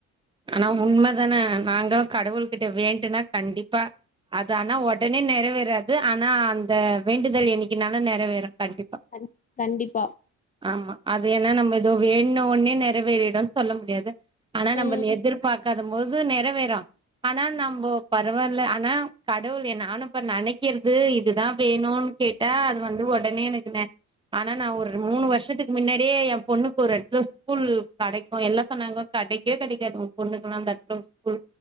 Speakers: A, on the right (about 15°); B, on the left (about 30°).
A: ஆனா உண்மதான நாங்கோ கடவுள் கிட்ட வேண்டுனா கண்டிப்பா அது ஆனா ஒடனே நிறைவேறாது ஆனா அந்த வேண்டுதல் என்னைக்குன்னாலும் நெறைவேறும் கண்டிப்
B: கண் கண்டிப்பா
A: ஆமா அது ஏன்னா நம்ம ஏதோ வேண்ட்னோன்னே ஒடனே நிறைவேறிடுன் சொல்ல முடியாது ஆனா
B: ம்
A: நம்ம நேத் பாக்காத போது நறைவேறும் ஆனா நம்போ பரவால்ல ஆனா கடவுளு நானும் இப்ப நெனைக்கிறது இதுதான் வேணுன் னு கேட்டா அது வந்து ஒடனே எனக்கு நெ ஆனா நான் ஒரு மூணு வருஷத்துக்கு முன்னாடியே என் பொண்ணுக்கு ஒரு எட்த்துல ஸ்கூல் கெடைக்கும் எல்லா சொன்னாங்கோ கெடைக்கே கெடைக்காத் உன் பொண்ணுக்கெல்லாம் அந்த எட்த்துல ஸ்கூல்